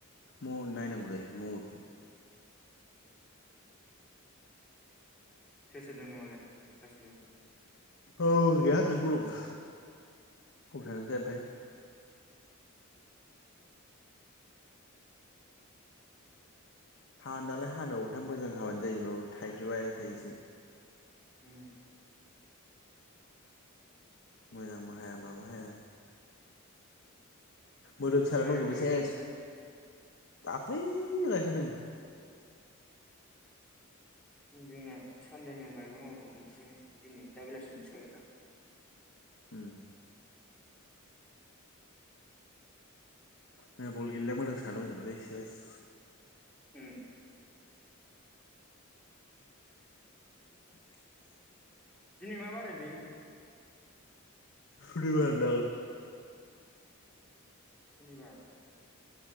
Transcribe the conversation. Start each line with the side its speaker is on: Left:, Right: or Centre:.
Left: म नायनांगौ जायो मबाइलखौ
Centre: सोर सोर दोंङो नंआवलाय गासैबो।
Left: औ गैया बिब दं अबाव थांदोंथाय ओमफ्राय। हानो नालाय हानो अखाया मोजां हाबानो जायो माबा थाइफ्रिबाय थाइयोसो।
Centre: उम।
Left: मोजांबो हाया माबो हाया। मोदोम साना
Centre: माइ
Left: दंजोबो
Centre: गायखांजोबबाय
Left: सेस
Centre: नोंसिना
Left: दाख्लैनो गायखांदों।
Centre: जोंना सानजाना गायबाव नांगौ दं दिनि दा बेलासियाव <unintelligible>
Left: उम। मैया बल गेलनाया मोदोम साना दंजोबोलै सेस।
Centre: उम।
Left: <inaudible>
Centre: दिनै मा बारायलै
Left: सुनिबार दां
Centre: सुनिबार